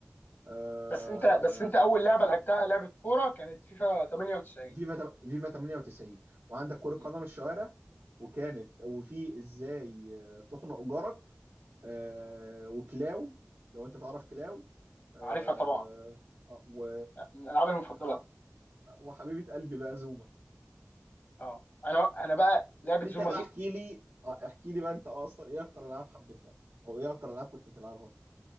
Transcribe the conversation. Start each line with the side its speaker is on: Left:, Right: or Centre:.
Right: آه،
Left: بس انت بس انت اول لعبه لعبتها لعبه كوره كانت فيفا 98
Right: فيفا تم- فيفا 98 وعندك كرة قدم
Left: م.
Right: الشوارع وكانت وفي ازاي آه، تخنق جارك آه، وكلاو لو انت تعرف كلاو آه،
Left: عارفها طبعا
Right: آه، و
Left: من الالعاب المفضله
Right: ح- وحبيبة قلبي بقى زوما
Left: اه انا انا بقى لعبه زوما
Right: انت بقى
Left: دي
Right: احكي لي آه، احكي لي بقى انت اصلا ايه اكتر العاب حبيتها او ايه اكتر العاب كنت بتلعبها